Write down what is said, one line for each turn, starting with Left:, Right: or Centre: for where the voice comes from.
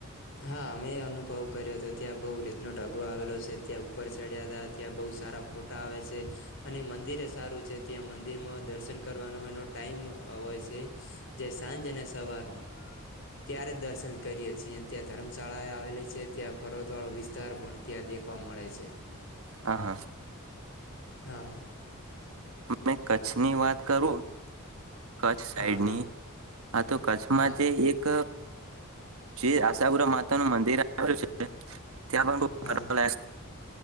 Left: હા અમે એ અનુભવ કર્યો હતો ત્યાં બહુ રીતનો ઢગો આવેલો છે ત્યા ઉપર ચડ્યા હતા ત્યાં બહુ સારા ફોટા આવે છે અને મંદિરે એ સારું છે ત્યાં મંદિરમાં દર્શન કરવાનો એનો ટાઈમ હોય છે જે સાંજ અને સવારનો ત્યારે જ દર્શન કરીએ છીએ અને ત્યાં ધર્મશાળા આવેલી છે ત્યાં પર્વત વાળો વિસ્તાર પણ ત્યાં દેખવા મળે છે
Right: હા હા
Left: હા હ
Right: ત કચ્છની વાત કરું કચ્છ સાઈડની
Left: હા હા
Right: હા તો કચ્છમાં
Left: હા
Right: જે એક શ્રી આશાપુરા માતા નું મંદિર આવેલું છે તે ખ
Left: હા
Right: લ